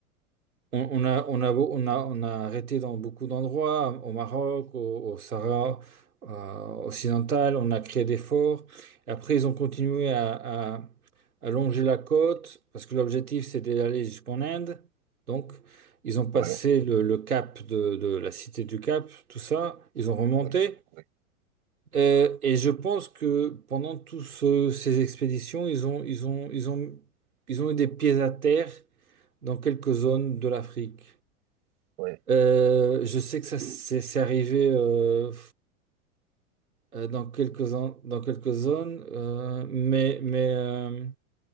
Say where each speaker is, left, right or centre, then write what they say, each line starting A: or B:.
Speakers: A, on the right; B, on the right.
A: on, on a, on a, beau- on a, on a arrêté dans beaucoup d'endroits, au Maroc, au, au Sahara euh, occidental, on a créé des forts. Après, ils ont continué à allonger la côte, parce que l'objectif, c'est d'aller jusqu'en Inde. Donc, ils ont passé
B: ouais,
A: le, le cap de, de la cité du Cap, tout ça, ils ont remonté.
B: ouais, ouais.
A: Euh, et je pense que pendant toutes ces expéditions, ils ont, ils ont, ils ont, ils ont eu des pieds à terre dans quelques zones de l'Afrique.
B: Ouais,
A: Euh, je sais que ça c'est c'est arrivé euh, euh, dans quelques, en- dans quelques zones, euh, mais, mais euh,